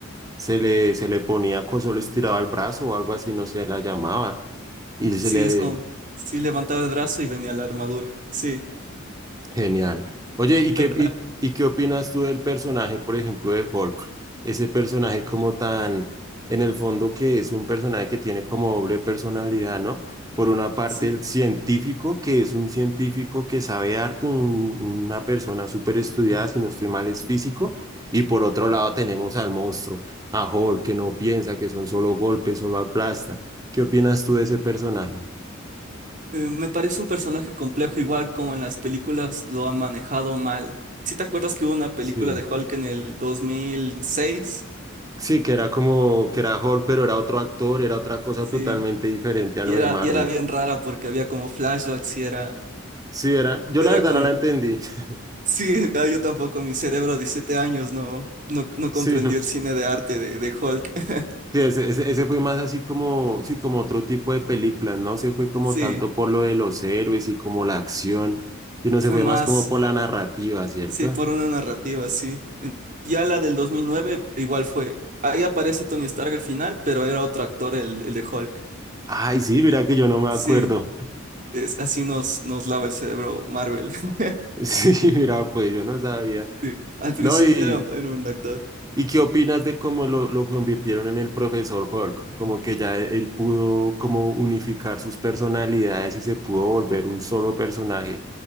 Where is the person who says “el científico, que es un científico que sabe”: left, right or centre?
Right